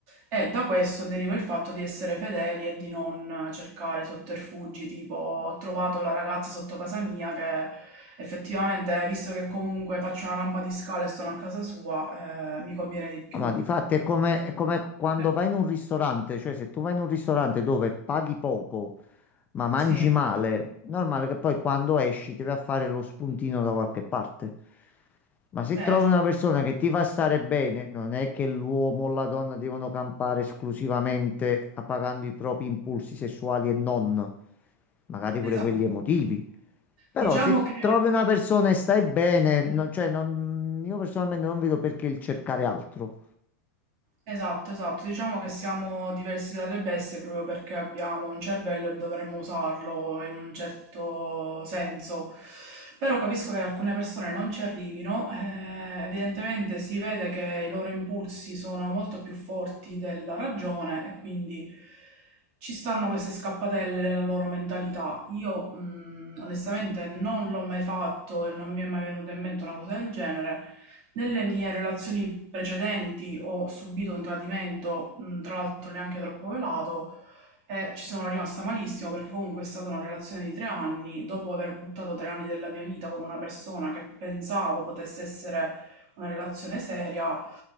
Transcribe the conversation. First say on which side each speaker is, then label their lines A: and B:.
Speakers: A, on the right; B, on the left.
A: e da questo deriva il fatto di essere fedeli e di non cercare sotterfugi, tipo ho trovato la ragazza sotto casa mia che effettivamente, visto che comunque faccio una rampa di scale e sono a casa sua, eh, mi conviene di più.
B: No, ma di fatto è come, è come quando
A: Eh,
B: vai in un ristorante, cioè se tu vai in un ristorante dove paghi poco ma mangi
A: sì,
B: male, normale che poi quando esci ti vai a fare lo spuntino da qualche parte. Ma se
A: eh,
B: trovi
A: esatto.
B: una persona che ti fa stare bene, non è che l'uomo o la donna devono campare esclusivamente appagando i propri impulsi sessuali e non, magari pure
A: Esatto.
B: quelli emotivi. Però
A: Diciamo
B: se
A: che...
B: trovi una persona e stai bene, non-
A: eh,
B: cioè non- io personalmente non vedo perché il cercare altro.
A: Esatto, esatto. Diciamo che siamo diversi dalle bestie proprio perché abbiamo un cervello e dovremmo usarlo in un certo senso. Però capisco che alcune persone non ci arrivino. eh, evidentemente si vede che i loro impulsi sono molto più forti della ragione e quindi ci stanno queste scappatelle nella loro mentalità. Io, mh, onestamente non l'ho mai fatto e non mi è mai venuta in mente una cosa del genere. Nelle mie relazioni precedenti ho subito un tradimento, mhmm, tra l'altro neanche troppo velato, e ci sono rimasta malissimo perché comunque è stata una relazione di tre anni, dopo aver buttato tre anni della mia vita con una persona che pensavo potesse essere una relazione seria,